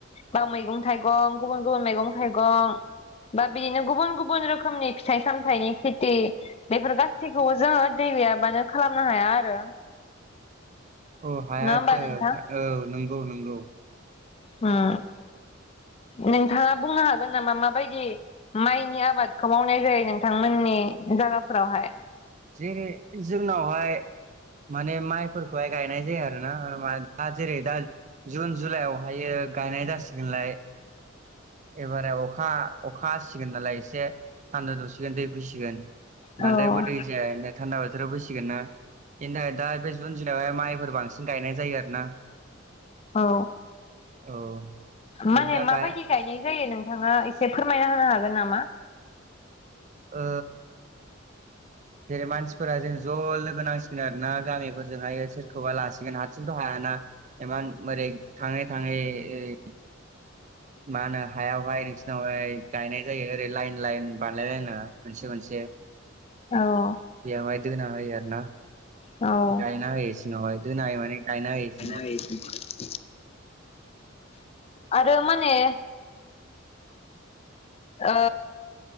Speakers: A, on the left; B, on the right.
A: बा मैगं थाइगं गुबुन गुबुन मैगं थाइगं बा बिदिनो गुबुन गुबुन रोखोमनि फिथाइ सामथाइनि खेथि बेफोर गासैखौबो जोङो दै गैयाबानो खालामनो हाया आरो
B: अ हायाथ
A: नङा होमबा नोंथां
B: औ नंगौ नंगौ
A: होम
B: <unintelligible>
A: नोंथाङा बुंनो हागोन नामा माबायदि माइनि आबादखौ मावनाय जायो नोंथांमोननि जायगाफोरावहाय
B: जेरै जोंनावहाय माने माइ फोरखौहाय गायनाय जाया आरोना दा जेरै दा जुन जुलाइयावहायो गायनाय जासिगोन <unintelligible> एबारे अखा अखा हासिगोन नालाय एसे थान्दा दौसिगोन दै फैसिगोन
A: औ
B: बांद्रायबो दै जाया थान्दा बाथोराव फैसिगोन ना <inaudible> बेनि थाखाय दा बे जुन जुलायावहाय माइफोर बांसिन गायनाय जायो आरो ना
A: औ
B: औ ओमफ्राय
A: माने
B: दा
A: माबायदि
B: गाय
A: गायनाय जायो नोंथां नोङो एसे फोरमायना होनो हागोन नामा?
B: ओ जेरै मानसिफोरा जों ज' लोगो नांसिगोन आरो ना गामिफोरजोंहाय सोरखौबा लासिगोन हारसिं हाया ना इमान <inaudible> थाङै थाङै <inaudible> मा होनो हायावहाय नोंसिनावहाय गायनाय जायो ओरै लाइन लाइन बानायलायलायनो मोनसे मोनसे
A: औ
B: बेयावहाय दोना होयो आरो ना
A: औ
B: गायना होयो सिङावहाय दोना होयो माने गायना होयो <inaudible>
A: ओय <inaudible> आरो माने ओ